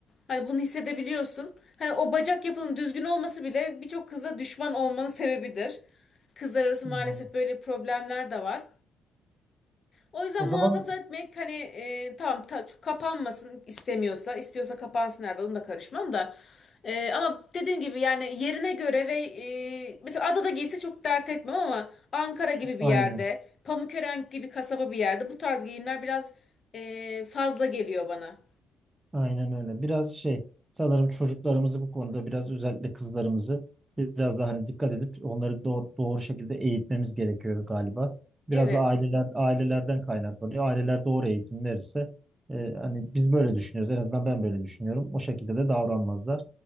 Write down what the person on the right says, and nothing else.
Hmm.
O zaman
aynı.
Aynen öyle. Biraz şey sanırım çocuklarımızı bu konuda biraz özellikle kızlarımızı biraz daha hani dikkat edip onları do- doğru şekilde eğitmemiz gerekiyor galiba. Biraz
da aileler ailelerden kaynaklanıyor. Aileler doğru eğitim verirse e, hani biz böyle düşünüyoruz. En azından ben böyle düşünüyorum. O şekilde de davranmazlar.